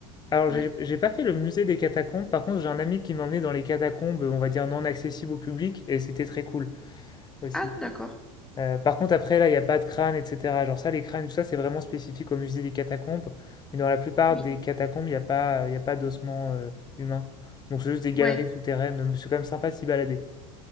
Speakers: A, on the left; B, in the centre.
A: Alors,
B: Ouais.
A: j'ai j'ai pas fait le musée des catacombes. Par contre, j'ai un ami qui m'a emmené dans les catacombes, on va dire non accessibles au public, et c'était très cool aussi.
B: Ah d'accord,
A: Heu, par contre après là, il y a pas de crâne et cetera. Genre ça, les crânes, tout ça, c'est vraiment spécifique au musée des catacombes, mais dans la plupart
B: oui,
A: des catacombes, il y a pas, il y a pas d'ossements, heu, humains. Donc c'est juste des galeries
B: ouais.
A: souterraines, mais c'est quand même sympa de s'y balader.